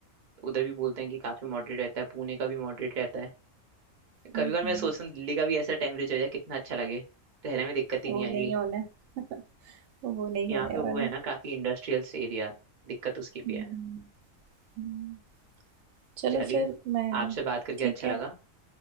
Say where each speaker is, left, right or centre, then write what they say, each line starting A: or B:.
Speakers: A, on the right (about 45°); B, on the right (about 85°).
A: उधर भी बोलते हैं कि काफी मॉडरेट रहता है पुणे का भी मॉडरेट रहता है कभी
B: हम्म,
A: कभी
B: हम्म,
A: मैं सोचता हूँ दिल्ली का भी ऐसा टेम्परेचर हो जाए कितना अच्छा लगे ठहरने में दिक्कत ही
B: वो
A: नहीं आएगी
B: नहीं होना <laughs> वो नहीं
A: यहाँ
B: होने
A: पे वो
B: वाला
A: है ना काफी इंडस्ट्रियल एरिया दिक्कत उसकी भी
B: हम्म,
A: है
B: हम्म, हम्म। चलो
A: चलिए
B: फिर मैं
A: आपसे बात करके
B: ठीक
A: अच्छा
B: है
A: लगा